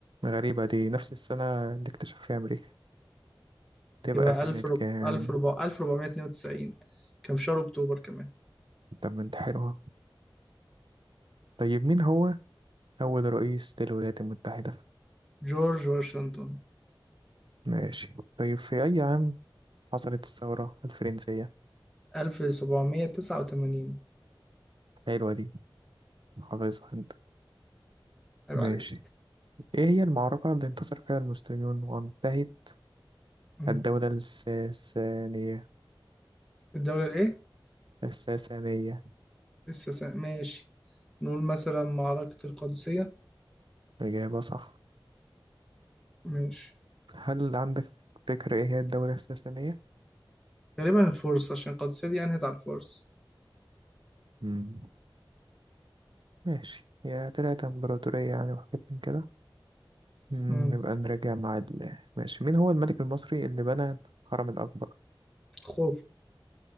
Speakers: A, on the right; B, in the centre.
A: غريبة دي نفس السنة اللي اكتشف فيها أمريكا تبقى
B: يبقى
A: سنة
B: 1000
A: كام
B: رب... 1000 ربع... 1492 كان في شهر أكتوبر كمان
A: طب ما انت حلوة طيب مين هو أول رئيس للولايات المتحدة
B: جورج واشنطن
A: ماشي طيب في أي عام حصلت الثورة الفرنسية
B: 1789
A: حلوة دي حافظها انت
B: عيب
A: ماشي
B: عليك
A: ايه هي المعركة اللي انتصر فيها المسلمون وانتهت
B: مم.
A: الدولة الساسانية
B: الدولة الإيه؟
A: الساسانية
B: لسه سنة. ماشي نقول مثلا معركة القادسية
A: إجابة صح
B: ماشي
A: هل عندك فكرة ايه هي الدولة الساسانية؟
B: غالبا الفرس عشان القادسية دي أنهت على الفرس
A: مم. ماشي هي طلعت امبراطورية يعني وحاجات من كده مم،
B: مم.
A: نبقى نراجع مع ال... ماشي مين هو الملك المصري اللي بنى الهرم الأكبر؟
B: خوفو